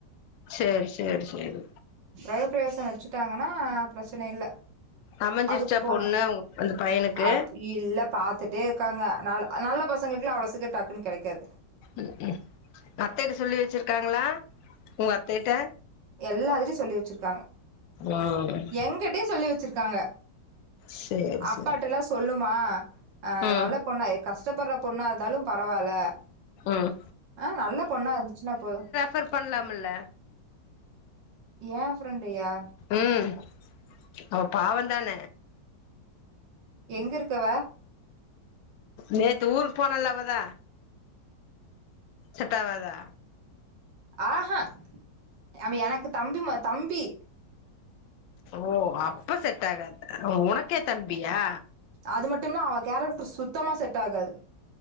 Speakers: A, on the left (about 90°); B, on the right (about 75°).
A: சேர் சேர் சேர்
B: கிரஹ பிரவேசோ வச்சுட்டாங்கன்னா பிரச்சனை இல்ல
A: அமஞ்சிர்ச்சா
B: அதுக்கு போணு
A: பொண்ணு அந்த பையனுக்கு
B: அப் இல்ல பாத்துட்டே இருக்காங்க நல் நல்ல பசங்களுக்குளா அவ்ளோ சிக்கிர டக்குனு கேடைகாது
A: ம் அத்தைட்ட சொல்லி வச்சிருக்காங்களா உங்க அத்தய்ட்ட
B: எல்லாத்திலி சொல்லி வச்சிருக்காங்க
A: ம்
B: எங்கிட்டயு சொல்லி வச்சிருக்காங்க
A: சேரி
B: அப்பாட்டல்லா
A: சேரி
B: சொல்லுமா ஆ
A: ம்
B: நல்ல பொண்ணா கஷ்டப்பட்ற பொண்ணா இருந்தாலு பரவால்ல
A: ம்
B: ஆ நல்ல பொண்ணா இருந்துச்சுன்னா போது
A: பர் பண்லாமில்ல
B: ஏன் ஃப்ரெண்டயா
A: ம் அவ பாவோ தான
B: எங்க இருக்கவ
A: நேத்து ஊருக் போனல அவதா செட்டாவாதா
B: ஆஹா அவ எனக்கு தம்பிமா தம்பி
A: ஓ அப்ப செட்டாகாது உனக்கே தம்பியா
B: அது மட்டும்ல்ல அவ கேரக்ட்ரு சுத்தமா செட் ஆகாது